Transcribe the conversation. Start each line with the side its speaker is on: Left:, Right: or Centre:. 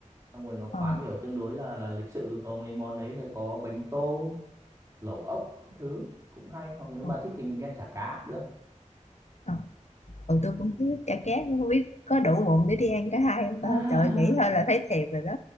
Right: xong rồi nó quán
Left: ờ
Right: kiểu tương đối là là lịch sự có mấy món đấy sẽ có bánh tôm lẩu ốc các thứ cũng hay hoặc nếu bà
Left: ờ
Right: thích thì mình đi ăn chả cá cũng được
Left: ờ ừ, tôi cũng thích chả cá nhưng không biết có đủ bụng để đi ăn cả hai không
Right: <laughs>
Left: ta trời nghĩ thôi là thấy thèm rồi đó